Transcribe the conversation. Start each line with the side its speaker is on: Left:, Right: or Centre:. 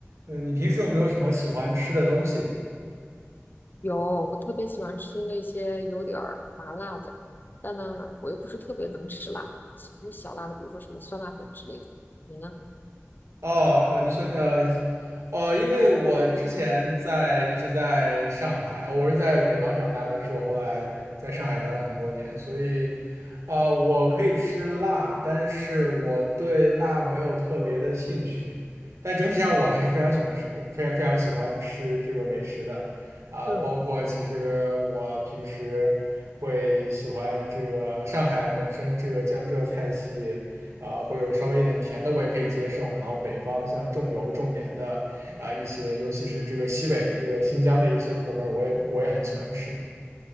Right: 嗯，呃你平时有没有什么喜欢吃的东西？
Left: 有，我特别喜欢吃那些有点儿麻辣的，但呢，我又不是特别能吃辣，喜欢吃小辣的，比如说什么酸辣粉之类的。你呢？
Right: 哦，呃，你说，呃，呃，因为我之前在一直在上海，我是在北方长大，但是我后来在上海待了很多年，所以，呃，我可以吃辣，但是我对辣没有特别的兴趣。但整体上，我还是非常喜欢吃，非常非常喜欢吃这个美食的。啊，
Left: 嗯，
Right: 包括其实我平时会喜欢这个上海本身这个江浙菜系，啊，会有稍微一点甜的我也可以接受。然后北方像重油重盐的，啊，一些尤其是这个西北这个新疆的一些口味儿，我也我也很喜欢吃。